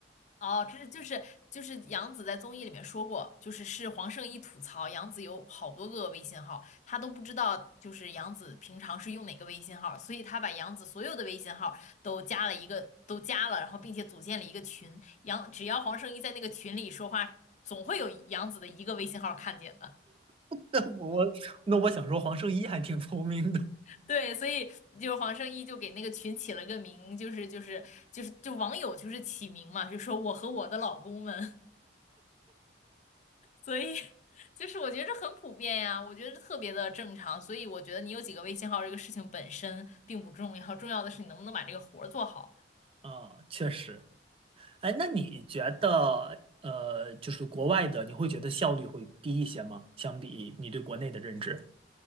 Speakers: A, on the left; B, on the right.
A: 哦，这是就是就是杨紫在综艺里面说过，就是是黄圣依吐槽杨紫有好多个微信号，她都不知道就是杨紫平常是用哪个微信号，所以她把杨紫所有的微信号都加了一个都加了，然后并且组建了一个群，杨只要黄圣依在那个群里说话，总会有杨紫的一个微信号看见的。<laughs>
B: <laughs> 那我那我想说黄圣依还挺聪明的
A: 对，所以就是黄圣依就给那个群起了个名，就是就是就是就网友就是起名嘛，就说我和我的老公们。所以就是我觉得这很普遍呀，我觉得这特别的正常。所以我觉得你有几个微信号这个事情本身并不重要，重要的是你能不能把这个活儿做好。
B: 啊，确实，哎，那你觉得呃，就是国外的，你会觉得效率会低一些吗？相比你对国内的认知？